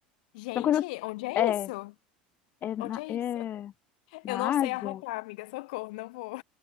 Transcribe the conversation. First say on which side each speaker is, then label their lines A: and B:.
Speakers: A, on the left; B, on the left.
A: Gente,
B: São coisas.
A: onde é
B: É,
A: isso?
B: é, na,
A: Onde é
B: é
A: isso? <laughs>
B: na
A: Eu não sei
B: Ásia?
A: arrotar, amiga, socorro, não vou.